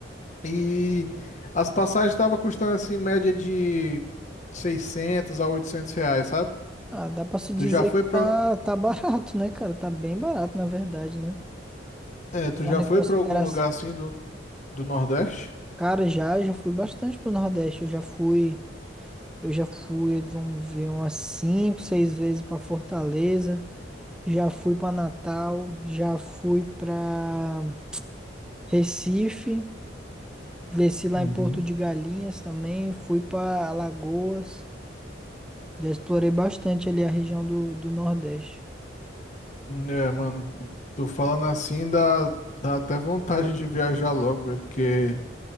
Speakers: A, on the left; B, in the centre.
A: E as passagens estavam custando assim, em média de 600 a 800 reais, sabe?
B: Ah, dá pra se dizer
A: Tu já foi
B: que
A: pra,
B: tá, tá barato, né, cara? Tá bem barato, na verdade, né?
A: é, tu
B: Levando
A: já
B: em
A: foi
B: consideração.
A: pra algum lugar assim do, do Nordeste?
B: Cara, já, já fui bastante pro Nordeste. Eu já fui, eu já fui, vamos ver, umas cinco, seis vezes pra Fortaleza. Já fui pra Natal, já fui pra Recife. Desci lá
A: Uhum.
B: em Porto de Galinhas também. Fui pra Alagoas. Já explorei bastante ali a região do, do Nordeste.
A: É, mano, tô falando assim, dá, dá até vontade de viajar logo, velho, porque,